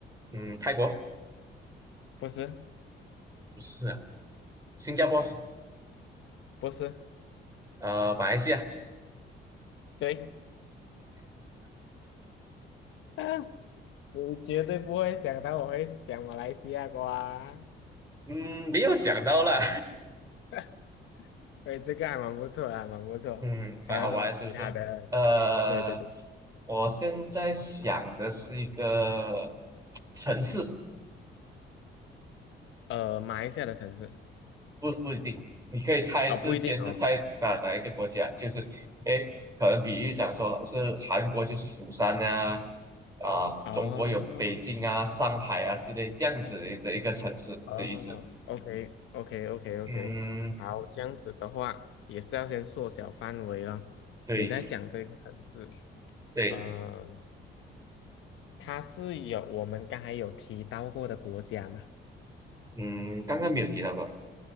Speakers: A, on the right; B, on the left.
A: 嗯，泰国
B: 不是，
A: 不是啊，新加坡，
B: 不是，
A: 呃，马来西亚。
B: 对，啊，你绝对不会想到我会讲马来西亚瓜，
A: 嗯，没有想到啦，
B: <laughs> 对，这个还蛮不错啊，蛮不错。
A: <laughs> 嗯，
B: 还有什么其他的？
A: 蛮好玩，是不是？呃，
B: 对对对，
A: 我现在想的是一个城市，
B: 呃，马来西亚的城市，
A: 不不一定，你可以猜是先是猜哪哪一个国家，
B: 哦，不一定哦，不
A: 就是，诶，可能比喻讲说是韩国就是釜山啊，啊、
B: 哦，
A: 中国有北京啊、上海啊之类这样子的一的一个城市这意思。
B: 哦，OK OK OK OK，
A: 嗯，
B: 好，这样子的话也是要先缩小范围了，
A: 对
B: 你在想这个城市。
A: 对，
B: 呃，它是有我们刚才有提到过的国家嘛？
A: 嗯，刚刚没有提到过，